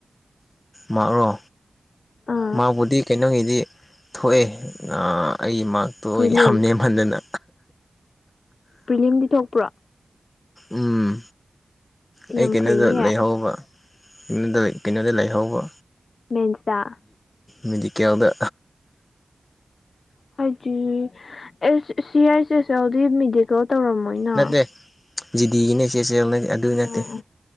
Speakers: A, on the left; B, on the left.
A: ꯃꯥꯛꯔꯣ
B: ꯑꯥ
A: ꯃꯥꯛꯕꯨꯗꯤ ꯀꯩꯅꯣꯒꯤꯗꯤ ꯊꯣꯛꯑꯦ ꯑꯩꯒꯤ ꯃꯥꯛꯇꯣ
B: ꯄ꯭ꯔꯤꯂꯤꯝ
A: ꯌꯥꯝ ꯅꯦꯝꯃꯟꯗꯥꯅ
B: ꯄ꯭ꯔꯤꯂꯤꯝꯗꯤ ꯊꯣꯛꯄ꯭ꯔꯣ
A: ꯎꯝ ꯑꯩ
B: ꯌꯥꯝ
A: ꯀꯩꯅꯣꯗ
B: ꯐꯩꯍꯦ
A: ꯂꯩꯍꯧꯕ ꯎꯝ ꯗꯨꯏ ꯀꯩꯅꯣꯗ ꯂꯩꯍꯧꯕ
B: ꯃꯦꯟꯁ ꯇꯥ
A: ꯃꯦꯗꯤꯀꯦꯜꯗꯥ
B: ꯍꯥꯏꯗꯤ ꯑꯦꯁ ꯁꯤ ꯑꯥꯏꯁ ꯑꯦꯁ ꯑꯦꯜꯗꯤ ꯃꯦꯗꯤꯀꯦꯜ ꯇꯧꯔꯝꯃꯣꯏꯅ
A: ꯅꯠꯇꯦ ꯖꯤꯗꯤꯒꯤꯅꯦ ꯑꯦꯁ ꯑꯦꯁ ꯑꯦꯜ‌‌‌‌ꯑꯗꯨ
B: ꯎꯝ
A: ꯅꯠꯇꯦ